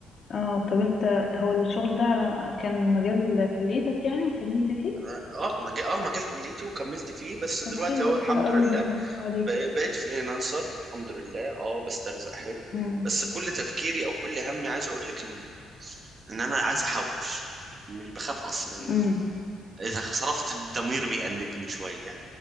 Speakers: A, on the left (about 55°); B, on the right (about 40°).
A: اه طب انت هو الشغل ده على كان مجال كليتك يعني وكملت فيه
B: اه آه، مجال اه مجال كليتي وكملت فيه بس دلوقتي
A: طب حلو
B: اهو الحمد
A: حلو قوي
B: لله
A: برافو عليك
B: بق- بقيت فريلانسر الحمد لله اه بسترزق حلو
A: امم
B: بس كل تفكيري او كل همي عايز اقول لك ان ان انا عايز احوش مش بخاف اصرف
A: امم
B: اذا صرفت ضمير بيأنبني شوية